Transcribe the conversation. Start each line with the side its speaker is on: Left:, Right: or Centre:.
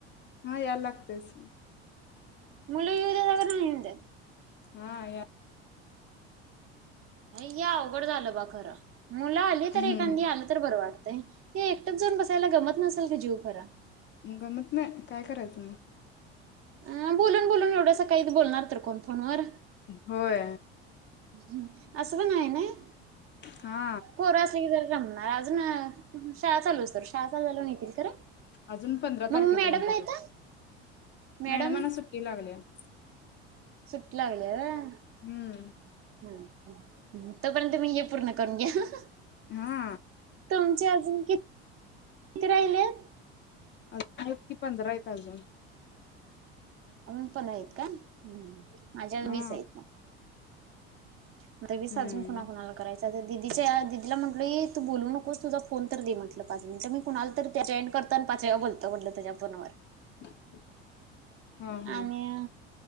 Left: हा या लागतंयच.
Right: मुल येवूदेत अगर नाही येवुदेत.
Left: हा या
Right: अ या अवघड झालं बा खरं. मुलं आली तर
Left: हम्म.
Right: एकांदी आलं तर बर वाड ते एकटंच जाऊन बसायला गमत नसल की जीव खर.
Left: गमत नई काय करायचं म
Right: अ बोलून बोलून एवढंस काही बोलणार तर कोण फोनवर.
Left: होय
Right: हम् असं पण हाय नई.
Left: हा
Right: पोर असलं की जर रमणार अजून शाळा चालूसतोर शाळा चालू झाल्यावर नेतील खरं.
Left: अजून पंधरा
Right: मग
Left: तारखेपर्यंत
Right: मॅडम नाहीत
Left: बघा
Right: मॅडम
Left: मॅडमाना सुट्टी लागल्या. <inaudible>
Right: सुट्टी लागलीया होय
Left: हम्म
Right: <unintelligible> तोपर्यंत मी हे पूर्ण करून घ्या
Left: हा
Right: तुमचे अजून किती राहिलेत?
Left: अजून आहेत कीपंधरा आहेत अजून.
Right: अजून पण आहेत काय? माझ्या अजून
Left: हा
Right: वीस आहेत म आता वीस
Left: हम्म
Right: अजून कुणा कोणाला करायच? दिदीच्या द दिदीला म्हटलं तू बोलू नकोस तुझ फोन तर दे म्हटलं पाच मिनिटं मी कुणाला तरी जॉईंट करतो आणि पाच वेळा बोलतं म्हटलं तुज्या फोनवर
Left: <unintelligible> हा
Right: आणि